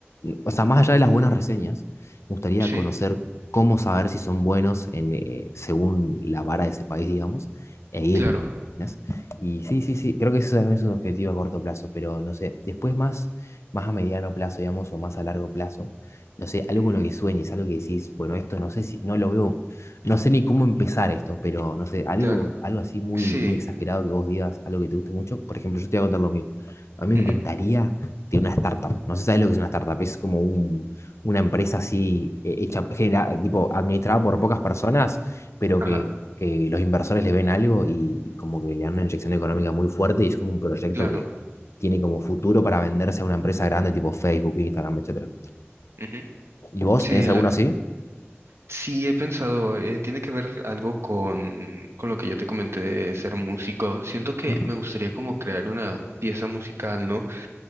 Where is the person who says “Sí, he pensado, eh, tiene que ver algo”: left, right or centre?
Right